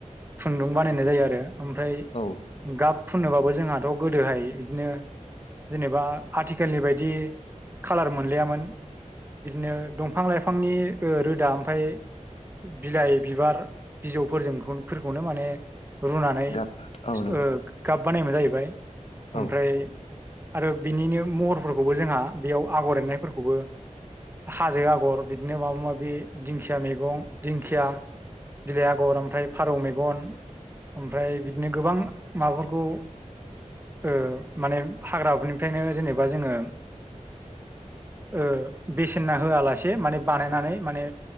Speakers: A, on the right (about 15°); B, on the left (about 50°).
A: खुन्दुं बानायनाय जायो आरो ओमफ्राय
B: औ
A: गाब फुननोबाबो जोंहाथ' गोदोहाय इदिनो जेनेबा आथिखालनि बायदि खालार मोनलायामोन। बिदिनो दंफां-लाइफांनि ओ रोदा ओमफाय बिलाइ बिबार बिजौफोरजोंखौन फोरखौनो माने रुनानै
B: गाब औ नंगौ
A: ओ गाब बानायोमोन जाहैबाय ओमफ्राय
B: औ
A: आरो बिनिनो महरफोरखौबो जोंहा बेयाव आगर एरनायफोरखौबो हाजो आगर बिदिनो माबा माबि दिंखिया मैगं दिंखिया बिलाइ आगर ओमफ्राय फारौ मेगन ओमफ्राय बिदिनो गोबां माबाफोरखौ ओ माने हाग्राफोरनिफ्रायनो जेनेबा जोङो ओ बेसेन ना होआलासे माने बानायनानै माने